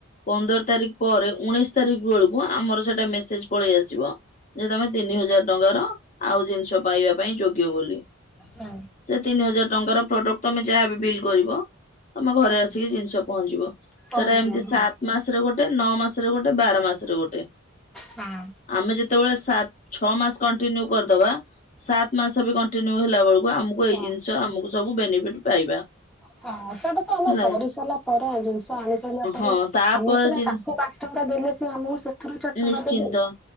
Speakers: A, on the left; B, in the centre.
A: ପନ୍ଦର ତାରିଖ ପରେ ଉଣେଇଶି ତାରିଖ ବେଳକୁ ଆମର ସେଟା ମେସେଜ ପଳେଇ ଆସିବ ଯେ ତମେ ତିନି ହଜାର ଟଙ୍କାର ଆଉ ଜିନିଷ ପାଇବା ପାଇଁ ଯୋଗ୍ୟ ବୋଲି।
B: ହୁଁ
A: ସେ ତିନି ହଜାର ଟଙ୍କାର ପ୍ରଡକ୍ଟ ତମେ ଯାହାବି ବିଲ୍ କରିବ ତମ ଘରେ
B: ହଁ
A: ଆସିକି ଜିନିଷ ପହଞ୍ଚିବ।
B: ପହଞ୍ଚିଯିବ
A: ସେଇଟା ଏମିତି ସାତ
B: ହଁ
A: ମାସରେ ଗୋଟେ ନଅ ମାସରେ ଗୋଟେ ବାର ମାସରେ ଗୋଟେ।
B: ହଁ।
A: ଆମେ ଯେତେବେଳେ ସାତ ଛଅ ମାସ କଣ୍ଟିନ୍ୟୁ କରିଦବା ସାତ ମାସ ବି କଣ୍ଟିନ୍ୟୁ ହେଲା ବେଳକୁ ଆମକୁ ଏଇ
B: ହଁ।
A: ଜିନିଷ ଆମକୁ ସବୁ ବେନିଫିଟ ପାଇବା।
B: ହଁ ସେଟା ତ ଆମେ
A: ହେଲା
B: କରିସାରିଲା ପରେ ଜିନିଷ ଆଣି ସାରିଲା ପରେ
A: ହଁ ତାପରେ
B: ଆମେ ସିନା
A: ଜିନିଷ
B: ତାଙ୍କୁ ପାଞ୍ଚ ଟଙ୍କା ଦେଲେ ସେ ଆମକୁ ସେଥିରୁ ଚାରି ଟଙ୍କା
A: ନିଶ୍ଚିନ୍ତ
B: ଦେବେ।